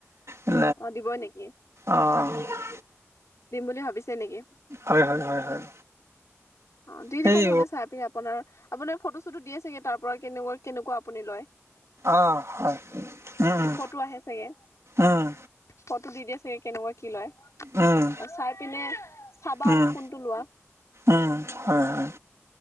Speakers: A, on the right; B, on the left.
A: এ,
B: অ দিবই নেকি
A: অ'।
B: দিম বুলি ভাবিছে নেকি?
A: হয়, হয়, হয়, হয়।
B: অ, দি
A: সেই
B: দিব নহ'লে চাই আপনি।
A: অ, হয়, উম,
B: ফটো আহে চাগে
A: উ, উম।
B: ফটো দি দিয়ে চাগে কেনেকুৱা কি লয়
A: উম
B: চাই পিনে চাবা
A: উম
B: আৰু কোনটো লোৱা।
A: উম, হয়, হয়